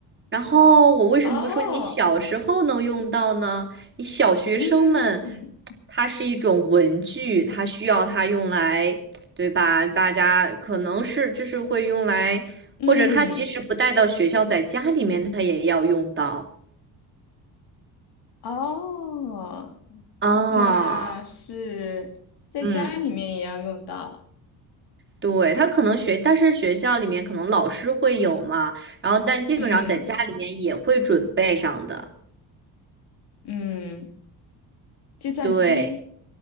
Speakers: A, on the right; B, on the left.
A: 然后我为什么说你小时候能用到呢？
B: 哦，
A: 你小学生们，
B: 嗯
A: 它是一种文具，它需要它用来，对吧？大家可能是就是会用来，
B: 嗯
A: 或者他即使不带到学校，在家里面他也要用到
B: 哦。
A: 啊。
B: 那是在家里面也要用到，
A: 嗯，对，他可能学，但是学校里面可能老师会有嘛，然后但基本上在家里面也会准备上的，
B: 嗯嗯，计算机，
A: 对。